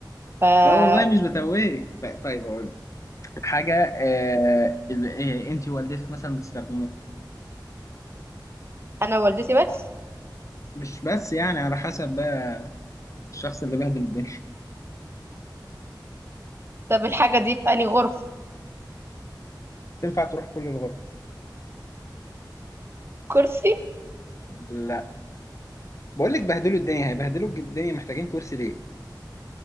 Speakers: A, on the right (about 30°); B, on the left (about 40°).
A: فانا
B: لا والله مش بتوهك طيب اقول حاجة آه ال- آه، انت ووالدتك مثلا بتستخدموها
A: والدتي بس
B: مش بس يعني على حسب بقى الشخص اللي بهدل الدنيا
A: طب الحاجه دي في انهي غرفه
B: تنفع تروح كل الغرف
A: كرسي
B: لا بقول لك بهدلوا الدنيا هيبهدلوا الدنيا محتاجين كرسي ليه